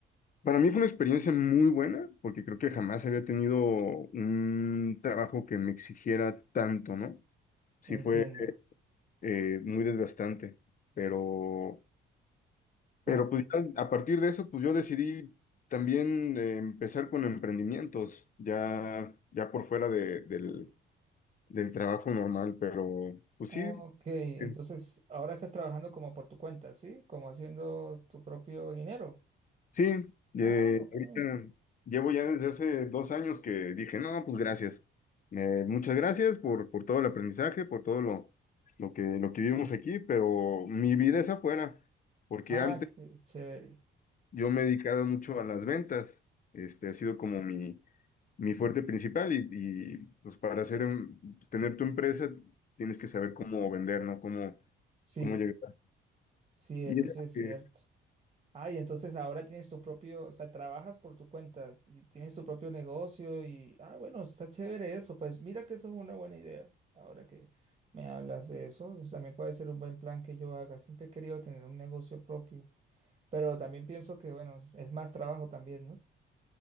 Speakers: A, on the left; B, on the right.
A: Para mí fue una experiencia muy buena porque creo que jamás había tenido un trabajo que me exigiera tanto, ¿no? Sí
B: entiendo.
A: fue eh, muy desgastante, pero...
B: Ok.
A: Pero pues ya a partir de eso, pues yo decidí también eh, empezar con emprendimientos, ya, ya por fuera de- del, del trabajo normal, pero pues
B: Ok,
A: sí,
B: entonces
A: que-
B: ahora estás trabajando como por tu cuenta, ¿sí? Como haciendo tu propio dinero.
A: sí, eh,
B: Ah, ok.
A: ahorita llevo ya desde hace dos años que dije, no, pues gracias, Eh, muchas gracias por, por todo el aprendizaje, por todo lo, lo que, lo que vivimos aquí, pero mi vida es afuera, porque
B: Ah,
A: antes
B: qué chévere.
A: yo me he dedicado mucho a las ventas, este ha sido como mi, mi fuerte principal y, y, pues para hacer, un- tener tu empresa tienes que saber cómo vender, ¿no? Cómo,
B: Sí,
A: cómo llegar.
B: sí, eso
A: Y es
B: sí es cierto.
A: que,
B: Ah, y entonces ahora tienes tu propio, o sea, trabajas por tu cuenta, y tienes tu propio negocio y, ah, bueno, está chévere eso. Pues mira que eso es una buena idea. Ahora que me hablas de eso, eso también puede ser un buen plan que yo haga. Siempre he querido tener un negocio propio, pero también pienso que, bueno, es más trabajo también,